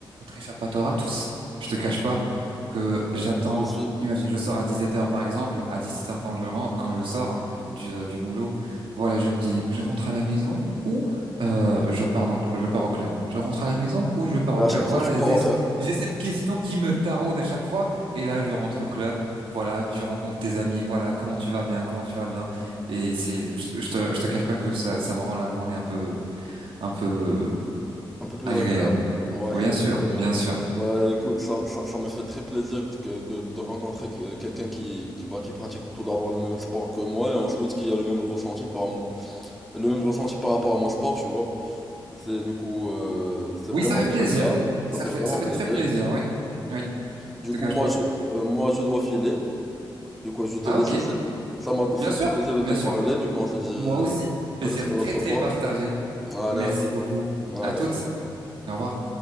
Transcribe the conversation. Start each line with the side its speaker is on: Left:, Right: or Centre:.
Right: échappatoire à tous. Je te cache pas que j'attends,
Centre: Moi, Je suis,
Right: imagine, je sors à 17 heures, par exemple, à 17 heures quand je rentre, quand je sors du, euh, du boulot, voilà, je me dis, je rentre à la maison ou euh, je pars dans, le- je pars au club. Je rentre à la maison ou je pars
Centre: et
Right: au
Centre: à
Right: club.
Centre: chaque
Right: Voilà,
Centre: fois, je pars
Right: j'ai
Centre: au club.
Right: j'ai cette question qui me taraude à chaque fois. Et là, je rentre au club. Voilà, tu rencontres tes amis. Voilà, comment tu vas bien, comment tu vas bien. Et c'est, je, je te, je te cache pas que ça, ça me rend la journée un peu, un peu
Centre: Un peu plus
Right: agréable.
Centre: agréable. Ouais,
Right: Oui,
Centre: <laughs>
Right: Bien
Centre: exactement.
Right: sûr, bien sûr.
Centre: Bah écoute, ça, ça, ça me fait très plaisir de, que- de- de rencontrer que- quelqu'un qui, qui, bah, qui pratique tout d'abord le même sport que moi et ensuite qui a le même ressenti par, mo- le même ressenti par rapport à mon sport, tu vois. C'est du coup, euh, c'est vraiment
Right: Oui, ça fait
Centre: très
Right: plaisir.
Centre: agréable. Ça
Right: Ça
Centre: fait
Right: fait,
Centre: vraiment
Right: ça fait
Centre: plaisir.
Right: très plaisir, oui. Oui,
Centre: Du
Right: je
Centre: coup,
Right: te cache
Centre: moi
Right: pas.
Centre: je, euh, moi, je dois filer. Du coup, je te
Right: Ah,
Centre: laisse
Right: ok.
Centre: ici. Ça m'a fait
Right: Bien sûr,
Centre: très plaisir de
Right: bien
Centre: te parler.
Right: sûr.
Centre: Du coup, on se dit euh,
Right: Moi aussi. Plaisir
Centre: peut-être une
Right: très,
Centre: autre
Right: très
Centre: fois.
Right: partagé.
Centre: Allez,
Right: Merci
Centre: à toute.
Right: beaucoup.
Centre: Allez,
Right: À toutes.
Centre: à toute.
Right: Au revoir.